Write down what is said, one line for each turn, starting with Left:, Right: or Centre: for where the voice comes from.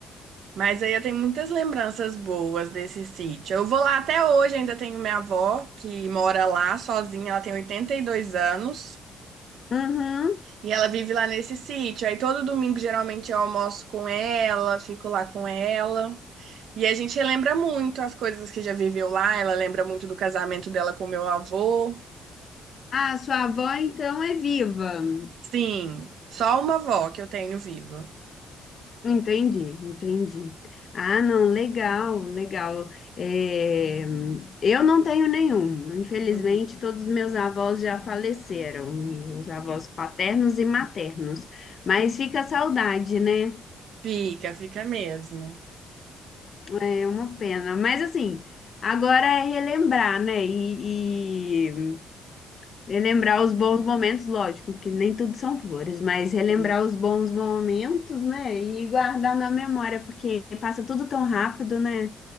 Right: mas aí eu tenho muitas lembranças boas desse sítio. Eu vou lá até hoje, ainda tenho minha avó que mora lá sozinha, ela tem 82 anos
Left: Uhum.
Right: e ela vive lá nesse sítio. Aí todo domingo geralmente eu almoço com ela, fico lá com ela. E a gente lembra muito as coisas que já viveu lá, ela lembra muito do casamento dela com meu avô.
Left: Ah, sua avó então é viva. <clears throat>
Right: Sim, só uma avó que eu tenho viva.
Left: Entendi, entendi. Ah, não, legal, legal. É, eu não tenho nenhum. Infelizmente,
Right: Uhum.
Left: todos os meus avós já faleceram, os avós paternos e maternos. Mas fica a saudade, né?
Right: Fica, fica mesmo.
Left: É uma pena. Mas assim, agora é relembrar, né? E, Relembrar os bons momentos, lógico, que nem tudo são flores, mas relembrar
Right: Sim.
Left: os bons momentos, né? E guardar na memória, porque passa tudo tão rápido, né?